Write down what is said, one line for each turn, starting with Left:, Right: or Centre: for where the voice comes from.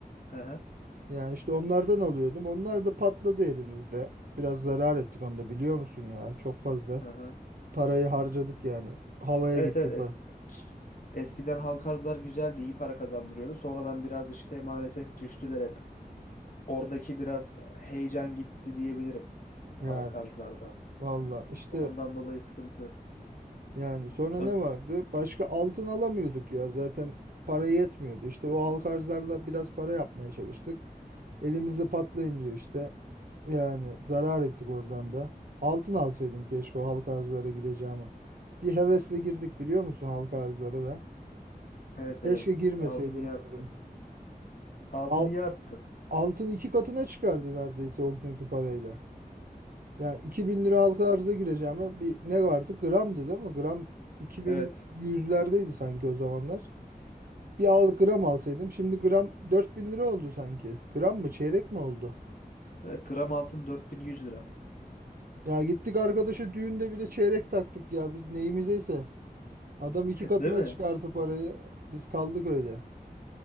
Left: Hı hı.
Right: Yani işte onlardan alıyordum. Onlar da patladı elimizde. Biraz zarar ettik onu da biliyor musun ya? Çok fazla.
Left: Hı hı.
Right: Parayı harcadık yani. Havaya
Left: Evet
Right: gitti
Left: evet
Right: pa.
Left: es- eskiden halk arzlar güzeldi, iyi para kazandırıyordu. Sonradan biraz işte maalesef düştüler hep. Oradaki biraz heyecan gitti diyebilirim
Right: Yani
Left: halk arzlarda.
Right: valla işte
Left: Ondan dolayı sıkıntı.
Right: yani sonra
Left: Ö-
Right: ne vardı? Başka altın alamıyorduk ya. Zaten para yetmiyordu. İşte o halka arzlarla biraz para yapmaya çalıştık. Elimizde patlayınca işte yani zarar ettik oradan da. Altın alsaydım keşke o halka arzlara gireceğimi. Bir hevesle girdik biliyor musun halka arzlara da.
Left: Evet
Right: Keşke
Left: evet
Right: girmeseydim
Left: işte altın iyi arttı.
Right: diyorum.
Left: Altın
Right: Al,
Left: iyi arttı.
Right: altın iki katına çıkardı neredeyse o günkü parayla. Yani 2000 lira halka arza gireceğime bir ne vardı? Gramdı değil mi? Gram iki
Left: Evet.
Right: bin yüzlerdeydi sanki o zamanlar. Bir al, gram alsaydım şimdi gram 4000 lira oldu sanki. Gram mı çeyrek mi oldu?
Left: Evet gram altın 4100 lira.
Right: Ya gittik arkadaşa düğünde bir de çeyrek taktık ya biz neyimizeyse. Adam iki katına
Left: <laughs> Değil mi?
Right: çıkarttı parayı. Biz kaldık öyle.